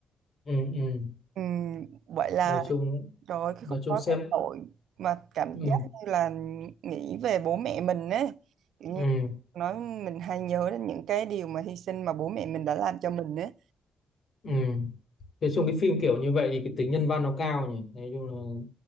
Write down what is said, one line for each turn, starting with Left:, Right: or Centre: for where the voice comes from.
Left: ừ ừ.
Right: Ừm, vậy là
Left: nói chung
Right: trời ơi, cái
Left: nói
Right: khúc
Left: chung
Right: đó
Left: xem
Right: cái tội mà cảm
Left: ừ,
Right: giác như là nghĩ về bố mẹ mình ấy kiểu
Left: ừ,
Right: như nói mình hay nhớ đến những cái điều mà hy sinh mà bố mẹ mình đã làm cho mình ấy
Left: ừ. nói chung cái phim kiểu như vậy thì cái tính nhân văn nó cao nhỉ nói chung là